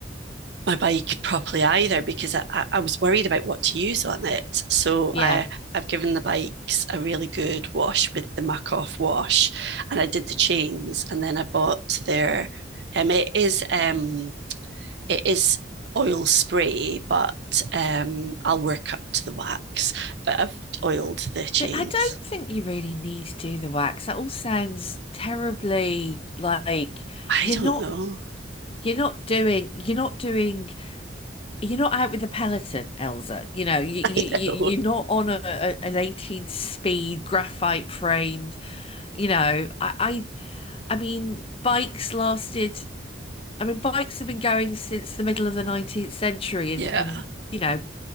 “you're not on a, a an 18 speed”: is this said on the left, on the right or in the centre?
Left